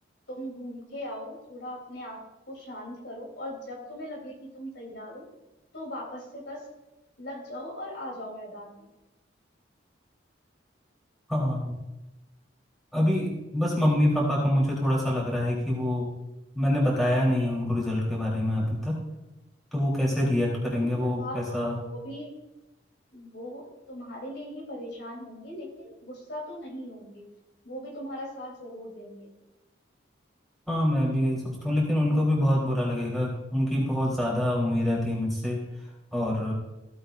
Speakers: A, on the left (about 65°); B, in the centre.
A: तुम घूम के आओ थोड़ा अपने आप को शांत करो और जब तुम्हें लगे कि तुम तैयार हो तो वापस से बस लग जाओ और आ जाओ मैदान में
B: हाँ अभी बस मम्मी पापा का मुझे थोड़ा सा लग रहा है कि वो मैंने बताया नहीं है उनको रिजल्ट के बारे में अभी तक तो वो कैसे रिएक्ट करेंगे
A: उन्हें
B: वो
A: बता
B: कैसा
A: दो वो भी वो तुम्हारे लिए ही परेशान होंगे लेकिन गुस्सा तो नहीं होंगे वो भी तुम्हारा साथ जरूर देंगे
B: हाँ मैं भी यही सोचता हूँ लेकिन उनको भी बहुत बुरा लगेगा उनकी बहुत ज़्यादा उम्मीदें थी मुझसे और